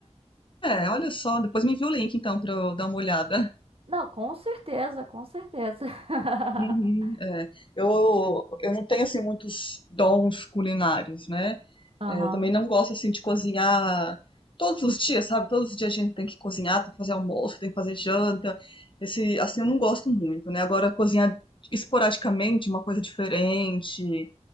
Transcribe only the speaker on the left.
É, olha só, depois me envia o link então para eu dar uma olhada.
Uhum, é. Eu, eu não tenho assim muitos dons culinários, né?
É, eu também não gosto assim de cozinhar todos os dias, sabe? Todos os dias a gente tem que cozinhar, tem que fazer almoço, tem que fazer janta. Esse, assim, eu não gosto muito, né? Agora cozinhar esporadicamente, uma coisa diferente,